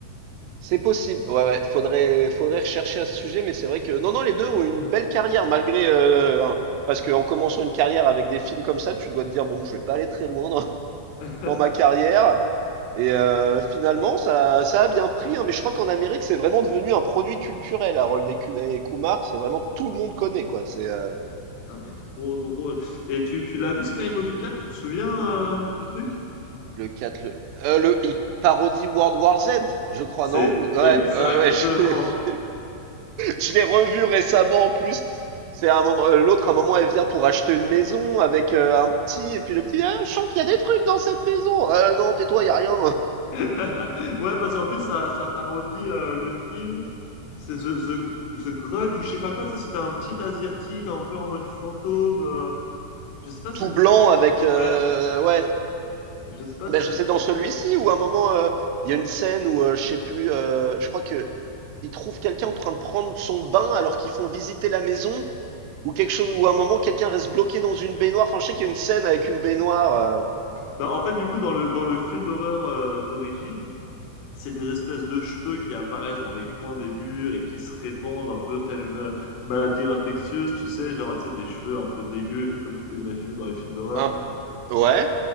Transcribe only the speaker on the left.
<laughs>
Non, mais trop drôle. Et tu, tu l'as vu, Scary Movie 4, tu te souviens euh, du truc?
C'est
exactement.
<laughs> Ouais, parce qu'en plus, ça, ça parodie euh, le film. C'est The, The, The Grudge ou je sais pas quoi. Tu sais, c'était un petit Asiatique un peu en mode fantôme. euh, Je sais pas si
ça dit
quelque chose.
Ouais,
je sais pas
si ça
dit
quelque
chose.
Bah, en fait, du coup, dans le, dans le film d'horreur euh, d'origine, c'est des espèces de cheveux qui apparaissent dans les coins des murs et qui se répandent un peu telle une euh, maladie infectieuse, tu sais, genre, tu sais, des cheveux un peu dégueux et tout, comme tu peux imaginer dans les films d'horreur.